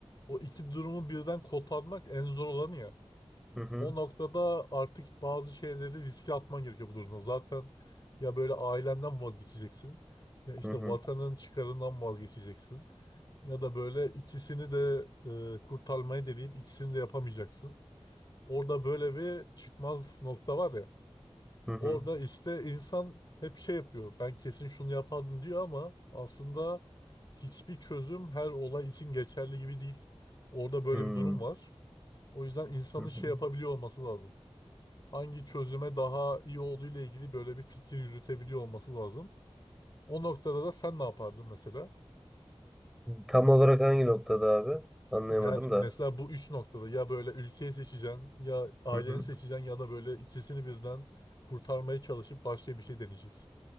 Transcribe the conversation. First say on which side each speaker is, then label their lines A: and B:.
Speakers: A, on the left; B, in the centre.
A: o iki durumu birden kotarmak en zor olanı ya.
B: Hı hı.
A: O noktada artık bazı şeyleri riske atman gerekiyor bu durumda. Zaten ya böyle ailenden vazgeçeceksin ya işte
B: Hı hı.
A: vatanın çıkarından vazgeçeceksin ya da böyle ikisini de e, kurtarmayı deneyip ikisini de yapamayacaksın. Orada böyle bir çıkmaz nokta var ya.
B: Hı hı.
A: Orada işte insan hep şey yapıyor. Ben kesin şunu yapardım diyor ama aslında hiçbir çözüm her olay için geçerli gibi değil. Orada böyle
B: Hı
A: bir durum var. O yüzden insanın
B: hı. hı.
A: şey yapabiliyor olması lazım hangi çözüme daha iyi olduğu ile ilgili böyle bir fikir yürütebiliyor olması lazım. O noktada da sen ne yapardın mesela?
B: Tam olarak hangi noktada abi? Anlayamadım
A: Yani
B: da.
A: mesela bu üç noktada ya böyle ülkeyi seçeceksin, ya aileni
B: Hı hı.
A: seçeceksin ya da böyle ikisini birden kurtarmaya çalışıp başka bir şey deneyeceksin.